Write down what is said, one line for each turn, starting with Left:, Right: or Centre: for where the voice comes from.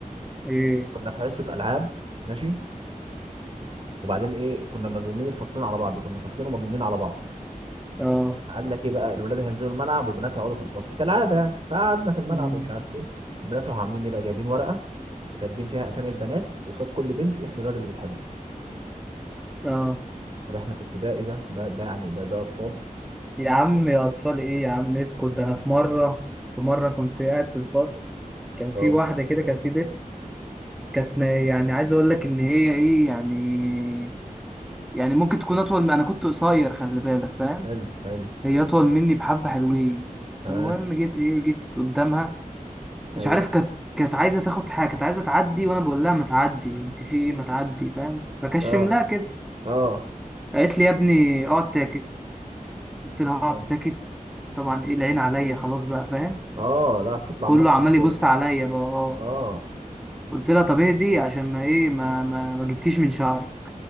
Centre: ايه
Right: كنا في حصه العاب ماشي وبعدين ايه كنا مضمومين الفصلين على بعض كنا فصلين ومضمومين على بعض
Centre: اه
Right: قال لك ايه بقى الولاد هينزلوا الملعب والبنات هيقعدوا في الفصل كالعاده يعني فقعدنا في الملعب
Centre: أمم.
Right: ومش عارف ايه البنات راحوا عاملين ايه بقى جايبين ورقه وكاتبين فيها اسامي البنات وقصاد كل بنت اسم الولد اللي بتحبه
Centre: اه
Right: طب احنا في ابتدائي ده ده ده يعني ده ده اطفال
Centre: يا عم يا أطفال إيه يا عم اسكت ده أنا في مرة في مرة كنت قاعد في الفصل كان في
Right: اه
Centre: واحدة كده كان في بنت كانت ما- يعني عايز أقول لك إن هي إيه يعني يعني ممكن تكون أطول من أنا كنت قصير خلي بالك فاهم
Right: حلو حلو
Centre: هي أطول مني بحبة حلوين
Right: تمام
Centre: فالمهم جيت إيه جيت قدامها مش
Right: ايوه
Centre: عارف كانت كانت عايزة تاخد حاجة كانت عايزة تعدي وأنا بقول لها ما تعدي أنت في إيه ما تعدي فاهم بكشم
Right: اه
Centre: لها كده
Right: اه
Centre: قالت لي يا ابني اقعد ساكت قلت لها اقعد
Right: اه
Centre: ساكت طبعا إيه العين عليا خلاص بقى فاهم
Right: آه، لا تطلع
Centre: كله
Right: مسرح
Centre: عمال يبص
Right: كده
Centre: عليا بقى اه
Right: اه
Centre: قلت لها طب اهدي عشان ما ايه ما ما ما جبتكيش من شعري